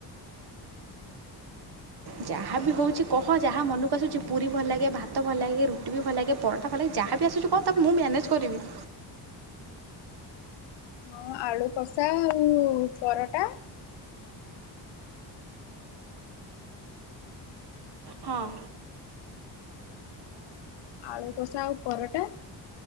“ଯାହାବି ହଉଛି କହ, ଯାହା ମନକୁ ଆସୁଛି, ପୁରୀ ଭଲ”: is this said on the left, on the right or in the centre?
Right